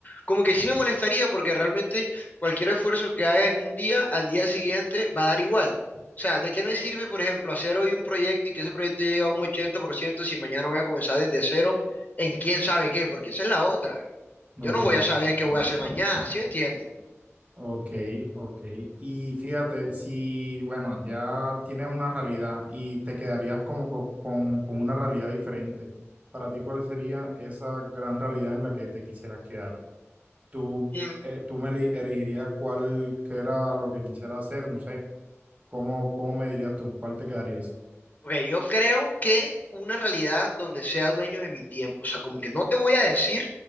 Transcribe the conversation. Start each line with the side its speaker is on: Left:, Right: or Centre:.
Left: como que sí me molestaría porque realmente cualquier esfuerzo que haga en un día, al día siguiente va a dar igual. O sea, ¿de qué me sirve, por ejemplo, hacer hoy un proyecto y que ese proyecto llegue a un 80% si mañana voy a comenzar desde cero en quién sabe qué? Porque esa es la otra. Yo
Right: ok,
Left: no voy a saber qué voy a hacer mañana, ¿sí me entiendes?
Right: ok, ok. Y fíjate, si, bueno, ya tienes una realidad y te quedarías como co- con, con una realidad diferente, para ti, ¿cuál sería esa gran realidad en la que te quisieras quedar? ¿Tú,
Left: Mm,
Right: eh, tú me eli- elegirías cuál que era lo que quisiera hacer? No sé, ¿cómo, cómo me dirías tú? ¿Cuál te quedarías?
Left: Ok, yo creo que una realidad donde sea dueño de mi tiempo, o sea, como que no te voy a decir,